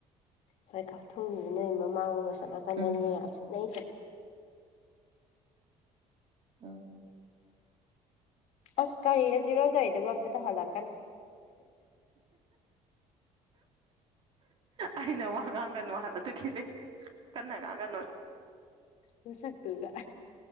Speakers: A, on the left; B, on the right.
A: ꯍꯣꯏ ꯀꯥꯎꯊꯣꯡꯉ ꯅꯣꯏ ꯃꯃꯥꯡ ꯃ ꯁꯣꯠ ꯅꯥꯀꯟꯗꯅꯤ
B: ꯎꯝ
A: ꯅ ꯌꯥꯝ ꯆꯠꯅꯩꯠ
B: ꯎꯝ
A: ꯑꯁ ꯀꯔꯤꯔꯣꯁꯤꯔꯣꯗꯋꯥꯗꯨꯕꯨ ꯑꯝꯇ ꯇꯧ ꯍꯜꯂꯛꯀꯅ <unintelligible>
B: ꯑꯩꯅ ꯋꯥ ꯉꯥꯡꯒꯅꯨ ꯍꯥꯏꯕꯗꯨꯒꯤꯗꯤ ꯀꯟꯅ ꯉꯥꯡꯒꯅꯨ
A: ꯅꯁꯛꯇꯨꯒ